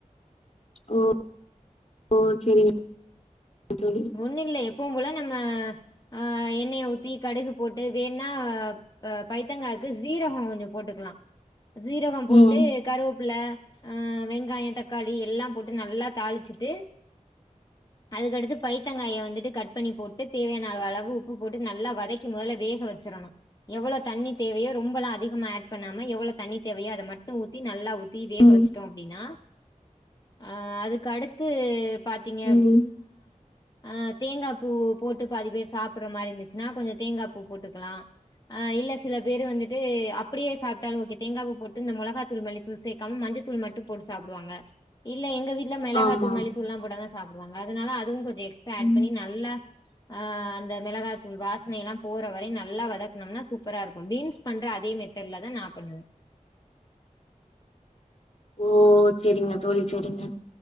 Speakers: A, on the left; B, on the left.
A: ஓ ஓ சேரிங்க தோழி
B: ஒண்ணு இல்ல எப்பவு போல நம்ம ஆ எண்ணெய ஊத்தி கடுகு போட்டு வேணா அ பைத்தங்காக்கு சீரகோ கொஞ்சோ போட்டுக்கலா சீரகம் போட்டு
A: ம்
B: கருவேப்பில அ வெங்காய தக்காளி எல்லா போட்டு நல்லா தாளிச்சிட்டு அதுக்கடுத்து பைத்தங்காய வந்துட்டு கட் பண்ணி போட்டு தேவையான அளவு அளவு உப்பு போட்டு நல்லா வதக்கி மொதல்ல வேக வச்சிடணு எவ்வளோ தண்ணி தேவயோ ரொம்பல்லா அதிகமா ஆட் பண்ணாம எவ்ளோ தண்ணி தேவையோ அத மட்டு ஊத்தி நல்லா ஊ தீ வேக
A: ம்
B: வச்சுட்டோ அப்டின்னா அ அதுக்கடுத்து பாத்தீங்க
A: ம்
B: அ தேங்காப்பூ போட்டு பாதி பேர் சாப்புட்ற மாரி இருந்துச்சுன்னா கொஞ்சோ தேங்காப்பூ போட்டுக்கலா ஆ இல்ல சில பேரு வந்துட்டு அப்படியே சாப்பிட்டாலு ஓகே, தேங்காப்பூ போட்டு இந்த மொளகாத்தூள் மல்லி தூள் சேக்காம மஞ்சள் தூள் மட்டு போட்டு சாப்டுவாங்க இல்ல எங்க வீட் ல மெளகா
A: ஆமா
B: தூள் மல்லி தூள்லா போட்டாதா சாப்டுவாங்க அதுனால அதுவு கொஞ்சோ எக்ஸ்டா ஆட்
A: ம்.
B: பண்ணி நல்லா ஆ, அந்த மெளகாதூள் வாசன எல்லா போற வரையு நல்லா வதக்னம்னா சூப்பரா இருக்கு, பீன்ஸ் பண்ற அதே மெத்தேட்லதா நா பண்ணுவ
A: ஓ சேரிங்க தோழி சேரிங்க